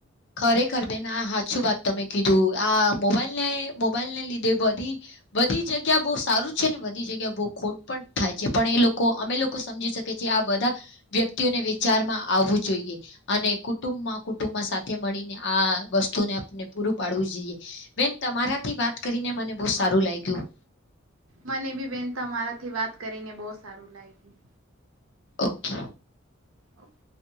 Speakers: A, on the left (about 60°); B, on the right (about 80°).
A: ખરેખર બેન આ હાચું વાત તમે કીધું આ મોબાઈલને મોબાઈલ ને લીધે બધી બધી જગ્યા બહુ સારું છે ને બધી જગ્યા બહુ ખોટ પણ થાય છે પણ એ લોકો અમે લોકો સમજી શકે આ બધા વ્યક્તિઓને વિચારમાં આવવું જોઈએ અને કુટુંબમાં કુટુંબમાં મળીને આ વસ્તુને આપને પૂરું પાડવું જોઈએ બેન તમારાથી વાત કરીને મને બ સારું લાગ્યું
B: મને બી બેન તમારાથી વાત કરીને બહ સારું લાગ્યું
A: ઓકે.
B: ઓકે